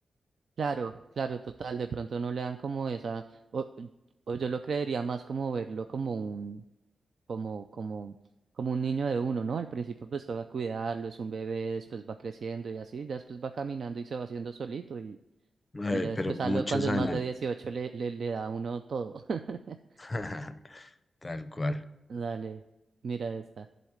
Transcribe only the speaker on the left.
Eh,
pero
muchos
años.
<laughs> Tal cual.